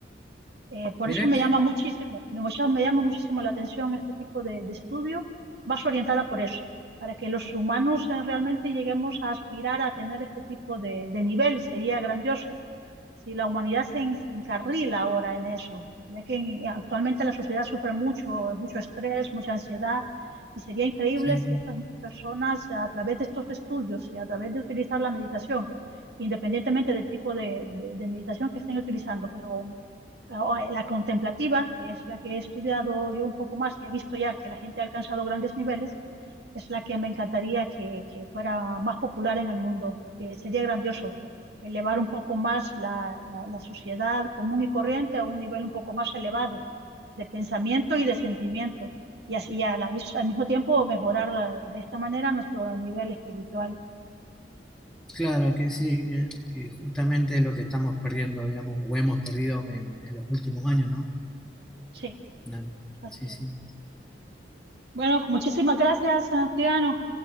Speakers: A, on the right; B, in the centre.
A: Eh, por
B: Mirá
A: eso me
B: que
A: llama muchísimo, me, mucha- me llama muchísimo la atención este tipo de, de estudio, más orientada por eso, para que los humanos eh, realmente lleguemos a aspirar a tener este tipo de, de nivel. Sería grandioso si la humanidad se, en- se encarrila ahora en eso, ya que en- actualmente la sociedad sufre mucho, mucho estrés, mucha ansiedad, y sería increíble
B: Sí,
A: si estas personas a través de estos estudios y a través de utilizar la meditación, independientemente del tipo de, de- de meditación que estén utilizando, pero ah, la contemplativa, que es la que he estudiado yo un poco más y he visto ya que la gente ha alcanzado grandes niveles, es la que me encantaría que, que fuera más popular en el mundo. que sería grandioso elevar un poco más la, la- la sociedad común y corriente a un nivel un poco más elevado de pensamiento y de sentimiento. Y así a la mis- al mismo tiempo mejorar eh, de esta manera nuestro nivel espiritual.
B: claro que sí, eh, que justamente es lo que estamos perdiendo, digamos, o hemos perdido en, en los últimos años, ¿no?
A: Sí,
B: No,
A: así
B: Sí, sí.
A: es. Bueno, muchísimas gracias, Santiago.